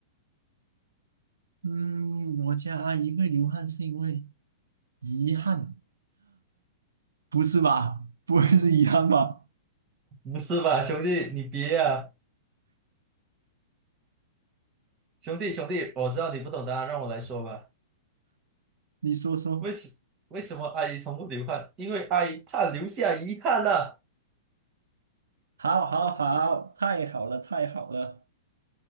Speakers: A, on the right (about 85°); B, on the right (about 35°).
A: 嗯，我家阿姨会流汗是因为遗憾，不是吧？不会是遗憾吧？
B: 不是吧，兄弟，你别啊！兄弟，兄弟，我知道你不懂答案，让我来说吧。
A: 你说说。
B: 为什为什么阿姨从不流汗？因为阿姨怕留下遗憾呐、
A: 好，好，好，太好了，太好了。